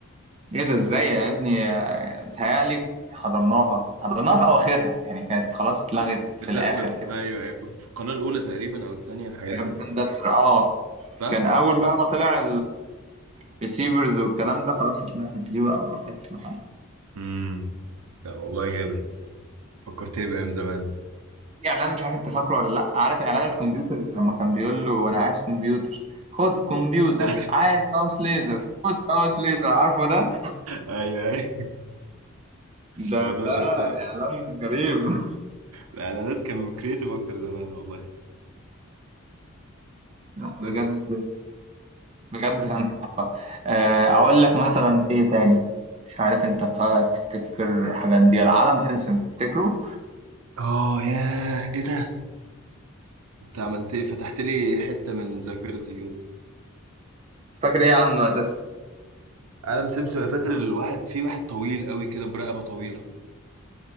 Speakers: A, on the right (about 30°); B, on the right (about 85°).
A: ايه ده ازاي يا ابني آه، بتهيألي حضرناها حضرناها في اواخرها يعني كانت خلاص اتلغت في
B: بتخ...
A: الاخر
B: بت...
A: كده
B: ايوه ايوه في في القناه الاولى تقريبا او الثانيه الحاجات
A: كانت
B: دي
A: بتندثر اه
B: صح
A: كان اول بقى ما طلع الريسيفرز والكلام ده خلاص اتلغت دي بقى وراحت لحالها
B: امم لا والله جامد فكرتني بايام زمان
A: في اعلان مش عارف انت فاكره ولا لا عارف اعلان الكمبيوتر لما كان بيقول له انا عايز كمبيوتر خد كمبيوتر
B: <laughs>
A: عايز ماوس ليزر خد ماوس ليزر عارفه ده
B: ايوه ايوه
A: ده
B: 11
A: ده
B: ساعة
A: اعلان غريب <laughs>
B: الإعلانات كانوا كريتيف أكتر زمان والله
A: لا
B: بس
A: بجد بجد كان تحفة آه، أقول لك مثلا في إيه تاني مش عارف أنت تفتكر الحاجات دي العالم سمسم تفتكره؟
B: آه ياه إيه ده؟ أنت عملت إيه؟ فتحت لي حتة من ذاكرتي كده
A: مش فاكر إيه عنه أساسا
B: عالم سمسم أنا فاكر الواحد في واحد طويل قوي كده برقبة طويلة